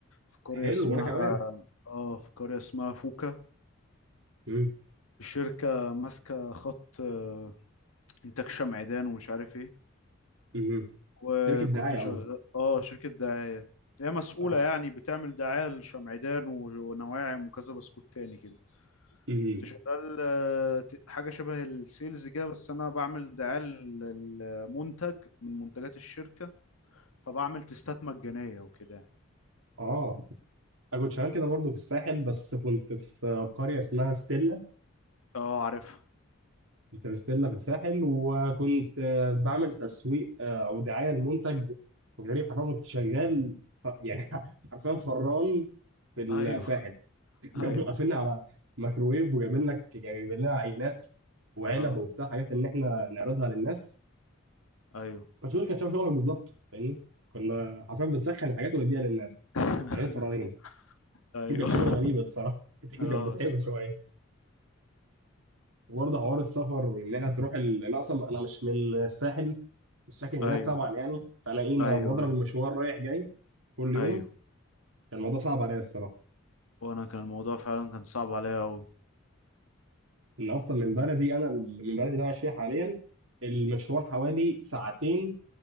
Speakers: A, on the left; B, on the right.
A: في قرية
B: حلو
A: اسمها
B: وانا كمان
A: اه في قرية اسمها فوكا
B: امم
A: الشركة ماسكة خط آه، إنتاج شمعدان ومش عارف ايه
B: امم
A: وكنت
B: شركه دعايه
A: شغال
B: قصدي
A: اه شركة دعاية هي مسؤولة
B: اه
A: يعني بتعمل دعاية لشمعدان و- ونواعم وكذا بسكوت تاني كده
B: امم
A: كنت شغال آه، ت- حاجة شبه السيلز كده بس أنا بعمل دعاية لل- للمنتج من منتجات الشركة فبعمل تستات مجانية وكده يعني
B: اه انا كنت شغال كده برضه في الساحل بس كنت في قريه اسمها ستيلا
A: اه عارفها
B: كنت في ستيلا في الساحل وكنت اه، بعمل تسويق اه، او دعايه لمنتج غريب حرفيا كنت شغال اه، يعني <laughs> حرفيا فران في الساحل
A: ايوه
B: <laughs>
A: ايوه
B: قاموا قافلنا على ميكروويف وجايبين لك جايبين لنا عينات وعلب
A: اه
B: وبتاع حاجات ان احنا نعرضها للناس
A: ايوه
B: فشغل كان شبه شغلك بالظبط فاهمني كنا حرفيا بنسخن الحاجات ونديها للناس
A: <laughs>
B: شغالين فراغين <laughs>
A: ايوه
B: كانت شغله غريبه الصراحه <laughs> كانت
A: اه
B: متعبه
A: الصراحة.
B: شويه وبرضه حوار السفر وان انا تروح ال... انا اصلا انا مش من الساحل مش ساكن هناك
A: ايوه
B: طبعا يعني فانا ايه ما
A: ايوه
B: بضرب المشوار رايح جاي كل يوم
A: ايوه
B: كان الموضوع صعب عليا الصراحه
A: وانا كان الموضوع فعلا كان صعب عليا قوي
B: ان اصلا من بلدي انا من بلدي اللي انا عايش فيها حاليا المشوار حوالي ساعتين